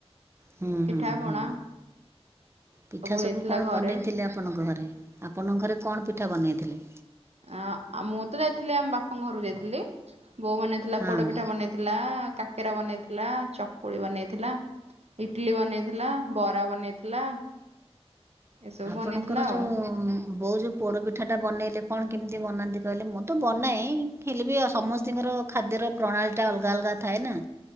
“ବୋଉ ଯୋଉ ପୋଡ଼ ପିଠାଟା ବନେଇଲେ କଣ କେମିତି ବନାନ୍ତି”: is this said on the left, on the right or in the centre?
Right